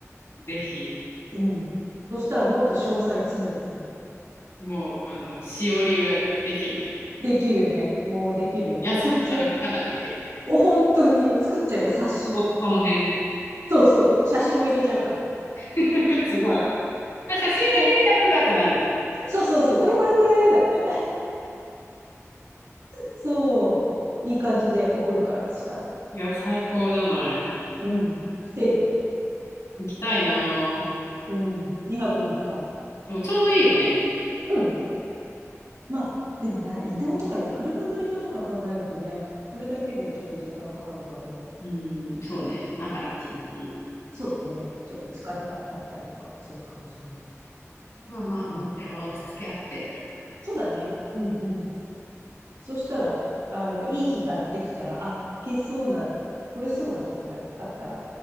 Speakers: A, on the left (about 75°); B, on the right (about 80°).
A: ぜひ。
B: うん。そしたらもっと詳細詰めてさ。
A: もう、あの、しおりができるね。
B: できるね。もうできるよ。
A: やす子の歩き方ができるね。
B: 送っちゃい。お、本当に。作っちゃうよ、冊子。
A: ボストン編ね。
B: そうそう。写真も入れちゃうから。
A: <laughs> すごい。あ、写真で見たやつだってなるね。
B: ほ、そうそうそう。これこれこれ。だって。そう。いい感じで送るから、したら。
A: いや、最高じゃない。
B: うん。来てよ。
A: 行きたいなあ。
B: うん。2泊3日。
A: そう、ちょうどいいよね。
B: うん。まあ、でもね、移動とかね、車の移動とか考えるとね、それだけでちょっと時間かかるかもね。
A: うん、そうね、中一日。
B: そうだね。ちょっと疲れがあったりとかするかもしれないし。
A: まあまあ、
B: うん。
A: 運転は押し付け合って。
B: そうだね。うんうん。そしたら、あの、いい日ができたら、あけそうな、来れそうな時があったら、